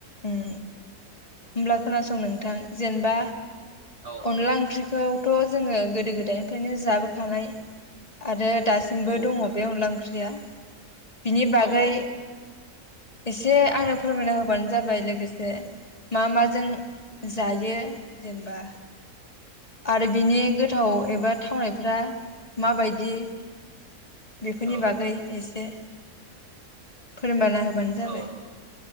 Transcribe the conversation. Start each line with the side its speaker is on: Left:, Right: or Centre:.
Left: ओम होमब्ला खोनासं नोंथां जेनबा
Right: औ
Left: अनला ओंख्रि खौथ' जोङो गोदो गोदायनिफ्रायनो जाबोखानाय आरो दासिमबो
Right: औ
Left: दङ
Right: जागोन
Left: बे अनला ओंख्रिया बिनि बागै
Right: औ
Left: एसे आंनो फोरमायना हो होबानो जाबाय लोगोसे मा माजों जायो जेनेबा आरो बिनि गोथाव एबा थावनायफ्रा माबायदि बेफोरनि
Right: औ
Left: बागै एसे फोरमायना होबानो जाबाय
Right: औ